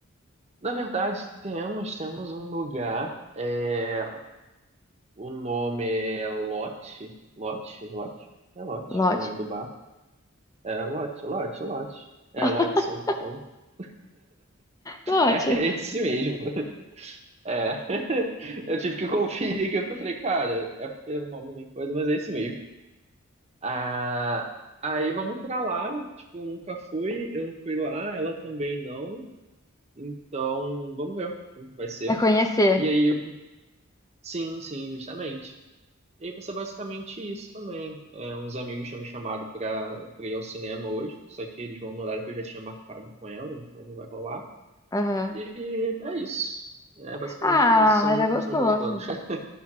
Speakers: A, on the right; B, on the left.
A: Na verdade, temos, temos um lugar. é, O nome é Lote. Lote? Lote? É Lote,
B: Lote?
A: o nome do bar. É Lote, Lote, Lote. É
B: <laughs>
A: Lote São Paulo. <laughs>
B: Lote.
A: É esse mesmo. É. <laughs> Eu tive que conferir aqui porque eu falei, cara, é porque o nome nem coisa, mas é esse mesmo. Ah, aí vamos pra lá. Tipo, eu nunca fui, eu não fui lá, ela também não. Então, vamos ver como que vai ser.
B: Vai conhecer.
A: E aí, sim, sim, justamente. E aí vai ser basicamente isso também. É, uns amigos tinham me chamado pra, pra ir ao cinema hoje, só que eles vão no horário que eu já tinha marcado com ela, então não vai rolar.
B: Aham.
A: E é isso. É basicamente
B: Ah,
A: isso. São,
B: mas é gostoso.
A: são os meus planos. <laughs>